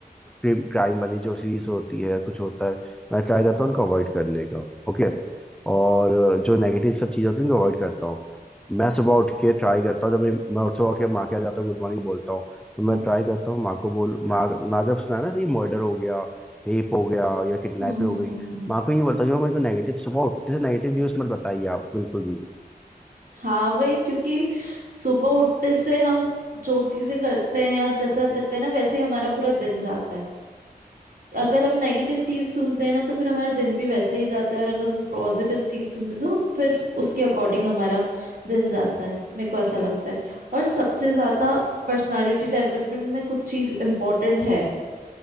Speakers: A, in the centre; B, on the right.
A: क्राइम वाली जो सीरीज होती है या कुछ होता है मैं ट्राई करता हूँ उनको अवॉइड करने का ओके और जो नेगेटिव सब चीज़ें होती हैं उनको अवॉइड करता हूँ मैं सुबह उठ के ट्राई करता हूँ जब मैं मैं उठ सुबह उठ के माँ के यहाँ जाता हूँ गुड मॉर्निंग बोलता हूँ तो
B: हम्म
A: मैं ट्राई करता हूँ माँ को बोल माँ माँ जब सुना है ना तो ये मर्डर हो गया रेप हो गया या किडनैप
B: हम्म
A: हो
B: हम्म
A: गई
B: हम्म, हम्म।
A: माँ को ये बोलता हूँ कि मेरे को नेगेटिव सुबह उठते से नेगेटिव न्यूज़ मत बताइए आप बिल्कुल भी
B: हाँ वही क्योंकि सुबह उठते से हम जो चीजें करते हैं या जैसा रहते हैं ना वैसे ही हमारा पूरा दिन जाता है अगर हम नेगेटिव चीज सुनते हैं ना तो फिर हमारा दिन भी वैसे ही जाता है और अगर हम पॉजिटिव चीज सुनते हैं तो फिर उसके अकॉर्डिंग हमारा दिन जाता है मेरे को ऐसा लगता है और सबसे ज्यादा पर्सनालिटी डेवलपमेंट में कुछ चीज इम्पोर्टेंट है